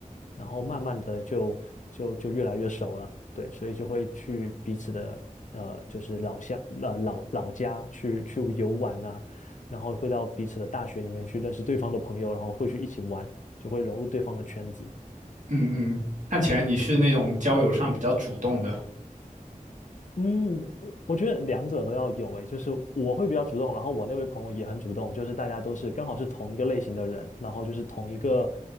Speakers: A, on the left; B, on the right.
A: 然后慢慢的就就就越来越熟了，对，所以就会去彼此的呃，就是老乡、老老老家去去游玩呐、然后会到彼此的大学里面去认识对方的朋友，然后会去一起玩，就会融入对方的圈子。
B: 嗯嗯，看起来你是那种交友上比较主动的。
A: 对，嗯，我觉得两者都要有诶，就是我会比较主动，然后我那位朋友也很主动，就是大家都是刚好是同一个类型的人，然后就是同一个